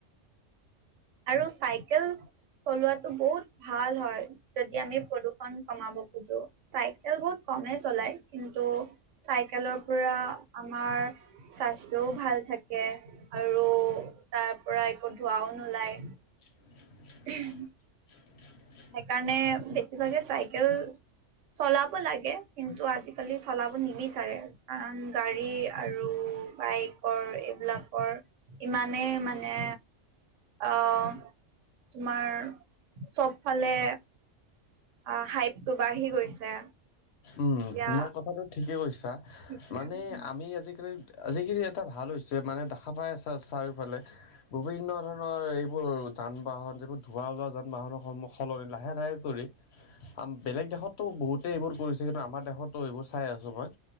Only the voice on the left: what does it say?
<unintelligible>
<unintelligible>
উম
তোমাৰ কথাটো ঠিকে কৈছা
মানে
আমি আজিকালি আজিখিনি এটা ভাল হৈছে মানে দেখা পাই আছা চাৰিওফালে বিভিন্ন ধৰণৰ এইবোৰ যান -বাহন যিবোৰ ধোঁৱা ওলোৱা যান - বাহনৰ সন্মুখ সলনি লাহে - লাহে কৰি আ বেলেগ দেশততো বহুতেই এইবোৰ কৰিছে কিন্তু আমাৰ দেশতো এইবোৰ চাই আছো মই।